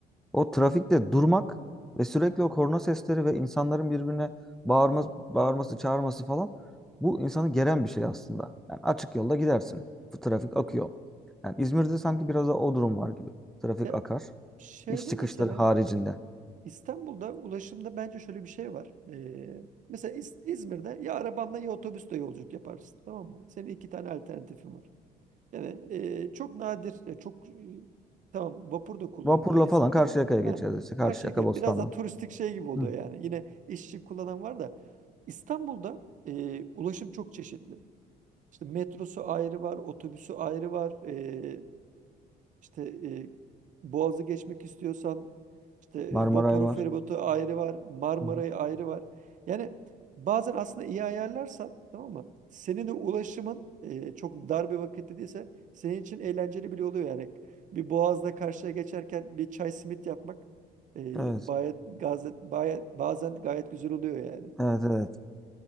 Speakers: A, in the centre; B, on the right (about 50°).
A: O trafikte durmak ve sürekli o korna sesleri ve insanların birbirine bağırması, bağırması, çağırması falan bu insanı geren bir şey aslında. Yani açık yolda gidersin. Bu trafik akıyor. Yani İzmir'de sanki biraz da o durum var gibi. Trafik
B: Ya
A: akar.
B: şeyde
A: İş çıkışları
B: mesela
A: haricinde.
B: İstanbul'da ulaşımda bence şöyle bir şey var. E, mesela İz- İzmir'de ya arabanla ya otobüsle yolculuk yaparsın tamam mı? Senin iki tane alternatifin var. Yani e, çok nadir, ya çok e, tamam vapur da kullanılıyor
A: Vapurla
B: İzmir'de
A: falan Karşıyaka'ya
B: ama ha,
A: geçeriz işte.
B: Karşıyaka
A: Karşıyaka, Bostanlı.
B: biraz da turistik şey gibi oluyor
A: Hı.
B: yani. Yine işçi kullanan var da İstanbul'da e, ulaşım çok çeşitli. İşte metrosu ayrı var, otobüsü ayrı var, e, işte e, Boğaz'ı geçmek istiyorsan işte e,
A: Marmaray
B: vapuru,
A: var.
B: feribotu ayrı var, Marmara'yı
A: Hı hı.
B: ayrı var. Yani bazen aslında iyi ayarlarsan tamam mı? Senin de ulaşımın e, çok dar bir vakitte değilse senin için eğlenceli bile oluyor yani. Bir Boğaz'da karşıya geçerken bir çay simit yapmak e,
A: Evet.
B: gayet, gazet, bayet, bazen gayet güzel oluyor yani.
A: Evet, evet.